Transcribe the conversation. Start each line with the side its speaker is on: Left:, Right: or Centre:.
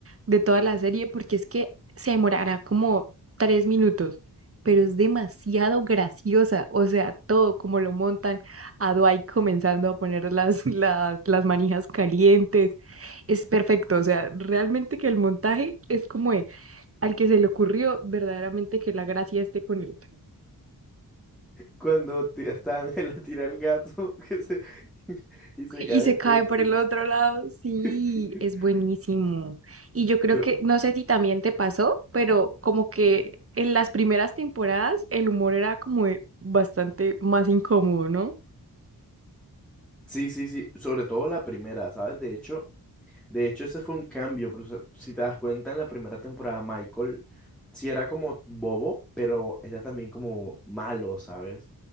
Right: de toda la serie, porque es que se demorará como tres minutos, pero es demasiado graciosa, o sea, todo como lo montan a Dwight comenzando a poner las, <laughs> las, las manijas calientes, es perfecto, o sea, realmente que el montaje es como de, al que se le ocurrió verdaderamente que la gracia esté con él.
Centre: Cuando ti- está Ángel a tirar el gato <laughs> que se, <laughs> y se
Right: Y
Centre: cae
Right: se
Centre: el
Right: cae
Centre: techo.
Right: por el otro lado. Sí,
Centre: <laughs>
Right: es buenísimo. Y yo creo
Centre: Pero
Right: que, no sé si también te pasó, pero como que en las primeras temporadas el humor era como de bastante más incómodo, ¿no?
Centre: sí, sí, sí. Sobre todo la primera, ¿sabes? De hecho, De hecho, ese fue un cambio, pero o sea, si te das cuenta, en la primera temporada Michael sí era como bobo, pero era también como malo, ¿sabes?